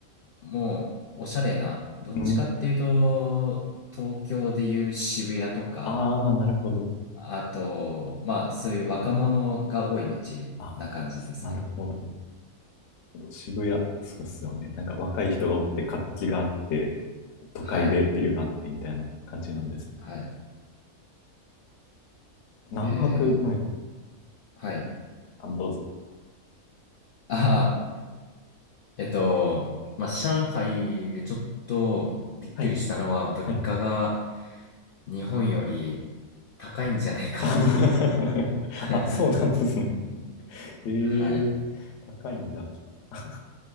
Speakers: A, on the left; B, on the left.
A: もうおしゃれな、どっちかっていうと、
B: うん。
A: 東京でいう渋谷とか、
B: あ <laughs> あ、なるほど。
A: あと、まあ、そういう若者が多い街な感じですね。
B: あ、なるほど。渋谷、そうっすよね。なんか若い人が多くて活気があって、都会でビルがあってみたいな感じなんですね。
A: はい、はい、はい。
B: 何泊、
A: で、
B: はい。
A: はい。
B: あ、どうぞ。
A: ああ、えっと、まあ、上海でちょっとびっくりしたのは、
B: はい。
A: 物価が
B: はい。
A: 日本より高いんじゃないかっていう。
B: <laughs>
A: <laughs>
B: あ、そうなんですね。ええ高いんだ。
A: はい。
B: <laughs>